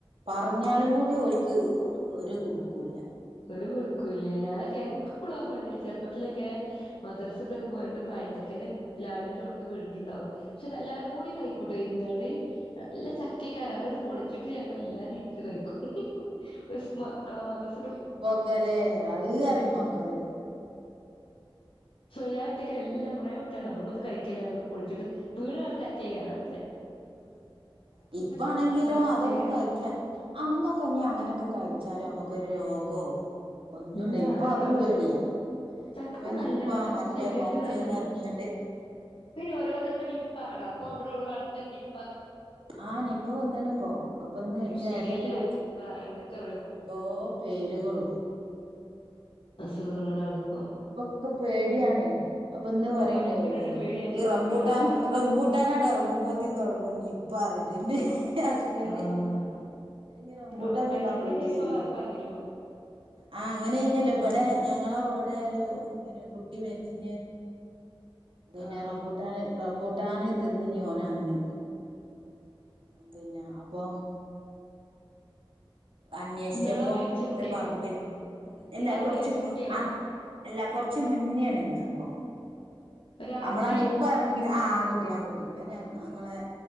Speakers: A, on the right (about 80°); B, on the left (about 80°).
A: പറഞ്ഞാലും കൂടി ഓൽക്ക് ഒരു കുലുക്കുല്ല.
B: ഒരു കുലുക്കല്ല ഞാനൊക്കെ എങ്ങ്ക് ഇപ്പളും ഓർമ്മയുണ്ട് ചെറുപ്പത്തിലൊക്കെ മദർസത്തൊക്കെ പോരുമ്പോ പഴഞ്ചൻ <unintelligible> പ്ലാവിന്റെ ചോട്ടന്ന് വീണിട്ടുണ്ടാവും, ക്ഷേ എല്ലാവാരും കൂടി കൈക്കോട്ടും ഇരുന്നണ്ട് നല്ല ചക്കികാര അതുകൊണ്ട് പൊളി ച്ചിട്ട് ഞങ്ങളെല്ലാരും വീട്ടിൽ കഴിക്കും. സ് മ മദർസ്
A: ഇപ്പോക്കല്ലേ അത് അറിയ മക്കള്
B: സോ ഞാൻ ഒറ്റയ്ക്കല്ല എല്ലാം കൊറെ കുട് ട്ടല്ല നമ്മള് ഇത് കഴിക്കലില്ല
A: ഉം
B: പറഞ്ഞ് പൊളിച്ചിട്ട് വീട് വെറുതെ അക്കെകാരം
A: ആ ഇപ്പാണെങ്കിലും
B: ഒരു പ്രത്യേക
A: അതൊക്കെ കഴിക്കാ, അന്നൊക്കെ നീ അങ്ങനൊക്കെ കഴിക് ച്ചാലും നമ്മക്കൊരു രോഗോ ഒന്നുംണ്ട
B: ഇല്ല
A: ഇപ്പ
B: ഒരു
A: അതും
B: രോഗല്ല
A: പേടിയാ, ഏ
B: ചക്ക
A: ഇപ്പ
B: നല്ലതാ
A: നിപ്പ
B: നമ്മുടെ
A: മറ്റേ
B: ശരീരത്തിന്
A: മർച്ചെന്ന്
B: നല്ല ചക്ക
A: അറിഞ്ഞണ്ട്
B: പിന്നെ ഓരോന്നപ്പ നിപ്പ <unintelligible> അപ്പോ ഇവിടെ എവിടോ അടുത്ത നിപ്
A: ആ നിപ്പ വന്നാണ് ഇപ്പോ അപ്പൊ ഇന്ന് ന്റെ
B: ഷിഗല്ല
A: ഏട്ടത്തി <unintelligible>
B: നിപ്പ ഇങ്ങനത്തെ
A: ആ ഓരോ പേരുകളും
B: അസുഖങ്ങളാണിപ്പോ.
A: ക്ക്‌ പേടിയാണേ. അപ്പോ ഇന്ന് പറയിണ്ടേ
B: പനിക്കണണ്ട്
A: മീനെ
B: പേടിയാ
A: ഈ റംബൂട്ടാൻ
B: ഞാൻ പറയപ്പ പനി
A: റംബൂട്ടാനാടെ ഇറങ്ങുമ്പോത്തേും തൊടങ്ങും നിപ്പ അറി ത്തിൻ്റെ <unintelligible> ഹസ്ബൻഡ്
B: ആഹ്
A: ഇനി റംബൂട്ടാൻ
B: റംബുട്ടാനും
A: തിന്നാൻ
B: കൂടെ
A: പേടിയായിരിക്കും,
B: നിപ്പ പ പകരുവോ
A: ആ ഇങ്ങനെ ഇനിയല്ലേ ഇബടെ ഞങ്ങള ഇവിടെ ഒരു പിന്നെ കുട്ടി മരിച്ചിന് പിന്നെ
B: ആഹ്
A: റമ്പുട്ടാന് റംബു റമ്പുട്ടാന് തിന്ന് ഓൻ അന്ന് പിന്നെ അപ്പൊ അന്വേഷിച്ചപ്പോ
B: ഇന്നാളാ മരിച്ച
A: ഓന്റെ
B: കുട്ടിയോ
A: പറമ്പിൽ എല്ല
B: ഇന്നാളാ
A: കുറച്ച്
B: മരിച്ച
A: മു
B: കുട്ടിയോ
A: ആ അല്ല കൊറച്ച് മുന്നേണ് ഇത് സംഭവം
B: ഒരാൺകുട്ടി
A: നമ്മളെ ആ നിപ്പ ഇറങ്ങില ആ ആൺ കുട്ടി ആൺകുട്ടി അത് ഞ ഞങ്ങളെ